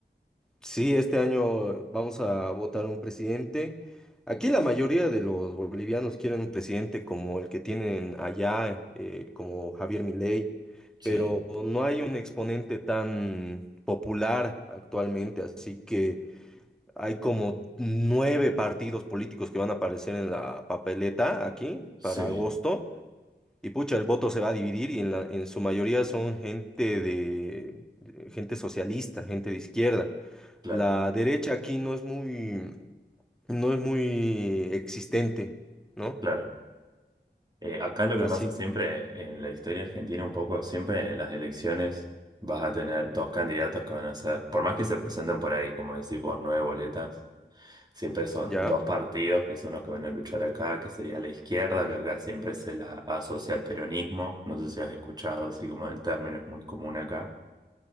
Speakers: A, in the centre; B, on the right (about 20°).
A: Sí, este año vamos a votar un presidente. Aquí la
B: Ujú.
A: mayoría de los bolivianos quieren un presidente como el que tienen allá, eh, como Javier Milei,
B: Sí,
A: pero no hay un exponente tan popular actualmente, así que hay como nueve partidos políticos que van a aparecer en la papeleta aquí
B: sí,
A: para agosto. Y pucha, el voto se va a dividir y en la- en su mayoría son gente de, gente socialista, gente de izquierda.
B: claro,
A: La derecha aquí no es muy, no es muy existente, ¿no?
B: claro. Eh, acá lo que
A: Así,
B: pasa siempre en la historia argentina un poco, siempre en las elecciones vas a tener dos candidatos que van a ser, por más que se presenten por ahí, como decís vos, nueve boletas, siempre son
A: ya.
B: dos partidos que son los que van a luchar acá, que sería la izquierda, que acá siempre se la asocia al peronismo, no sé si has escuchado, así como el término es muy común acá.